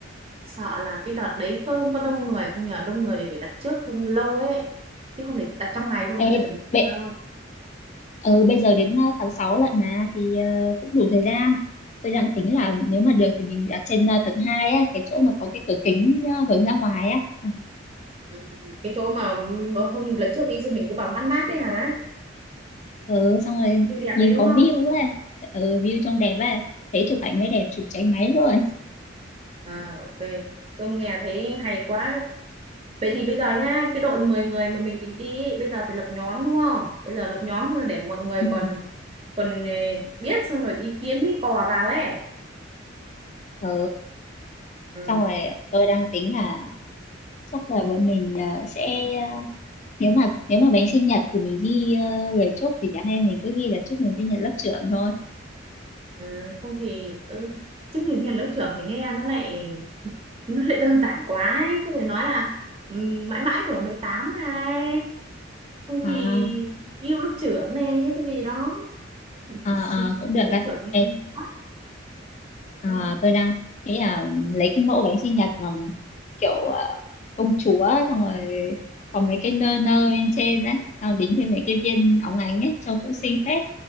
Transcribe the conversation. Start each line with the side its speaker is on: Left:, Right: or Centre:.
Right: sợ là cái đợt đấy có có đông người không nhờ đông người thì phải đặt trước không lâu ấy chứ không thể đặt trong ngày thôi là người
Left: ê,
Right: ta chuẩn bị
Left: bệ-
Right: đâu
Left: ừ bây giờ đến ờ, tháng 6 lận mà thì ờ, cũng đủ thời gian tôi đang tính là nếu mà được thì mình ở trên ờ, tầng 2 á cái chỗ mà có cái cửa kính ờ, hướng ra ngoài á À,
Right: Ừ, cái chỗ mà bữa hôm lần trước đi xong mình cứ bảo mát mát đấy hả
Left: ừ xong rồi
Right: xinh đẹp
Left: nhìn
Right: đấy đúng
Left: có
Right: không
Left: view á ừ, view trông đẹp á thế chụp ảnh mới đẹp chụp cháy máy luôn
Right: à ok tôi nghe thấy hay quá vậy thì bây giờ nhá cái đội 10 người mà mình định đi ấy, bây giờ phải lập nhóm đúng không bây giờ lập nhóm xong rồi để mọi người
Left: ừ
Right: còn còn ờ, biết xong rồi ý kiến ý cò vào ấy
Left: ừ.
Right: ừ,
Left: xong rồi tôi đang tính là chắc là bọn mình ờ, sẽ ờ, nếu mà nếu mà bánh sinh nhật thì mình ghi ờ, lời chúc thì nhà hay mình cứ ghi là chúc mừng sinh nhật lớp trưởng thôi
Right: ừ, không thì ừ. chứ mình nghe lớp trưởng thì nghe nó lại nó lại đơn giản quá ấy. cứ phải nói là ừ, mãi mãi tuổi 18 này không thì
Left: à,
Right: yêu lớp trưởng này hay cái gì đó Ý
Left: à,
Right: sinh
Left: à, cũng được
Right: lớp
Left: á
Right: trưởng thì
Left: Ê,
Right: quá
Left: À,
Right: ừ.
Left: tôi đang nghĩ là lấy cái mẫu bánh sinh nhật mà kiểu à, công chúa xong rồi có mấy cái nơ nơ bên trên á xong đính thêm mấy cái viên óng ánh ấy trông cũng xinh phết